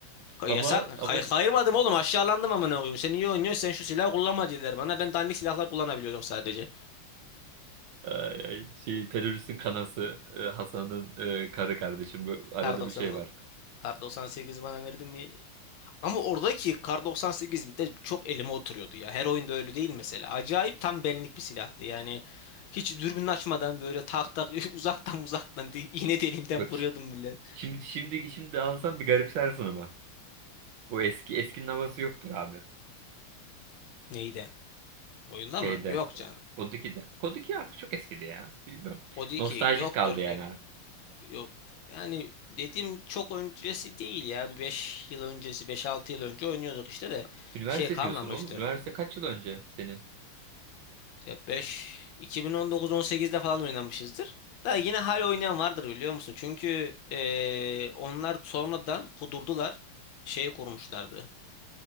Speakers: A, on the left; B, on the right.
A: Ka-
B: Ama
A: Yasak.
B: ama
A: Kay kayırmadım oğlum. Aşağılandım ama ne koyayım. Sen iyi oynuyorsun. Sen şu silahı kullanma dediler bana. Ben dandik silahlar kullanabiliyorum sadece.
B: ay, ay, şey teröristin kanası e, Hasan'ın e, karı kardeşim bu arada
A: Kar 90
B: bir şey vardır.
A: Kar 98 bana verdin mi? Ama oradaki Kar 98 de çok elime oturuyordu ya. Her oyunda öyle değil mesela. Acayip tam benlik bir silahtı. Yani hiç dürbün açmadan böyle tak tak <laughs> uzaktan uzaktan di- iğne deliğinden
B: Bak
A: vuruyordum
B: şi-
A: bile.
B: şimdi şimdi şimdi alsan bir garipsersin ama. Bu eski eskinin havası yoktur abi.
A: Neydi? Oyunda
B: Şeyde.
A: mı? Yok canım.
B: Kod 2'de. Kod 2 artık çok eskidi ya. Bilmiyorum.
A: Kod 2
B: Nostaljik
A: yoktur
B: kaldı yani.
A: Yok yani dediğim çok öncesi değil ya. Bir 5 yıl öncesi beş altı yıl önce oynuyorduk işte de
B: Üniversite
A: şey kalmamıştır.
B: diyorsun oğlum. Üniversite kaç yıl önce senin?
A: İşte 5 2019-18'de falan oynamışızdır. Da yine hala oynayan vardır biliyor musun? Çünkü eee, onlar sonradan kudurdular. Şey kurmuşlardı.